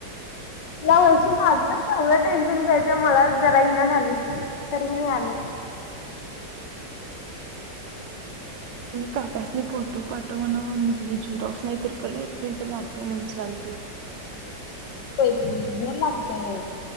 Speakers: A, on the left (about 75°); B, on the right (about 80°).
A: या वर्षी माझं तर तेवढ टेन्शन घ्यायचं मला जरा येईना झालय सोड. तरी मी आलोय.
B: काकासनी फोटो पाठव म्हणावं मी तिच्या झेरॉक्स नाही तर कलर प्रिंट मारतो म्हणून सांग की.
A: पहिलीतनं लागतंय.